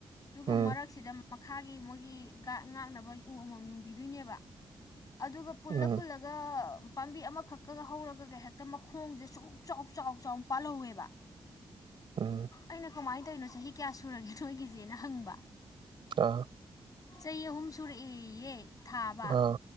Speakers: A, on the left (about 40°); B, on the right (about 65°).
A: ꯑꯗꯨꯒ
B: ꯎꯝ
A: ꯃꯔꯛꯁꯤꯗ ꯃꯈꯥꯒꯤ ꯃꯣꯏꯒꯤ ꯒꯥꯠ ꯉꯥꯛꯅꯕ ꯎ ꯑꯃꯃꯝ ꯌꯨꯡꯕꯤꯗꯣꯏꯅꯦꯕ ꯑꯗꯨꯒ ꯄꯨꯜꯂ
B: ꯎꯝ
A: ꯄꯨꯜꯂꯒ ꯄꯥꯝꯕꯤ ꯑꯃꯈꯛꯀꯒ ꯍꯧꯔꯒꯒ ꯍꯦꯛꯇ ꯃꯈꯣꯡꯁꯦ ꯁꯨꯛ ꯆꯥꯎ ꯆꯥꯎ ꯆꯥꯎ ꯄꯥꯜꯍꯧꯋꯦꯕ
B: ꯎꯝ
A: ꯑꯩꯅ ꯀꯃꯥꯏꯅ ꯇꯧꯔꯤꯅꯣ ꯆꯍꯤ ꯀꯌꯥ ꯁꯨꯔꯒꯦ ꯅꯣꯏꯒꯤꯁꯦꯅ ꯍꯪꯕ
B: ꯑꯥ
A: ꯆꯍꯤ ꯑꯍꯨꯝ ꯁꯨꯔꯛꯑꯦꯌꯦ ꯊꯥꯕ
B: ꯑꯥ